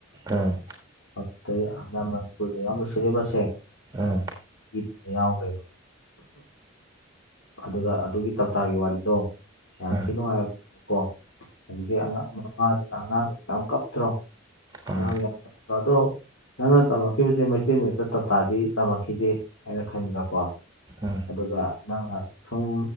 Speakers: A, on the right (about 20°); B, on the left (about 70°).
A: ꯑꯝ
B: ꯑꯇꯩ ꯑꯅ ꯃꯅꯤꯄꯨꯔꯗ ꯌꯥꯎꯔꯝꯕ ꯁꯤꯂꯦꯕꯁꯁꯦ
A: ꯑꯝ
B: ꯏ ꯌꯥꯎꯈ꯭ꯔꯦꯕ ꯑꯗꯨꯒ ꯑꯗꯨꯒꯤ ꯇꯞꯇꯥꯒꯤ ꯋꯥꯔꯤꯗꯣ ꯌꯥꯝ
A: ꯎꯝ ꯑꯥ
B: ꯊꯤ ꯅꯨꯡꯉꯥꯏꯕꯀꯣ ꯍꯧꯖꯤꯛꯀꯤ ꯑꯉꯥꯡ ꯃꯥꯗꯨꯗ ꯑꯉꯥꯡ ꯌꯥꯝ ꯀꯞꯇ꯭ꯔꯣ
A: ꯎꯝ
B: ꯑꯉꯥꯡꯗ ꯌꯥꯝ ꯀꯞꯇ꯭ꯔꯣ ꯑꯗꯣ ꯅꯪꯅ ꯇꯝꯃꯛꯈꯤꯕꯖꯦ ꯃꯩꯇꯩ ꯃꯌꯦꯛꯇ ꯇꯞꯇꯥꯗꯤ ꯇꯝꯃꯛꯈꯤꯗꯦ ꯑꯩꯅ ꯈꯟꯕꯗꯀꯣ
A: ꯎꯝ
B: ꯑꯗꯨꯒ ꯅꯪꯅ ꯁꯨꯝ